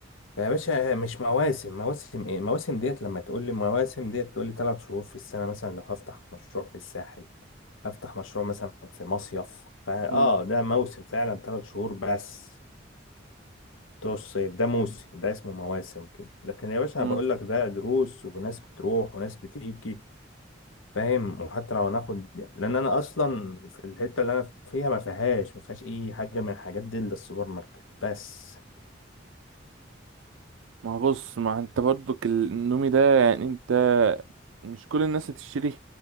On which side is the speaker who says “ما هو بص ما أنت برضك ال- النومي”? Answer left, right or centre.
Right